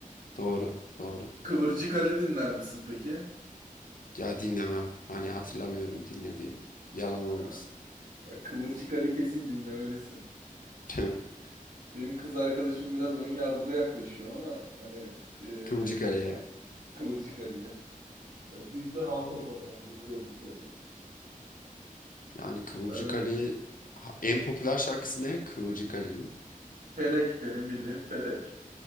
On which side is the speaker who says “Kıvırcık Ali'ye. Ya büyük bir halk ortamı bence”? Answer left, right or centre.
Right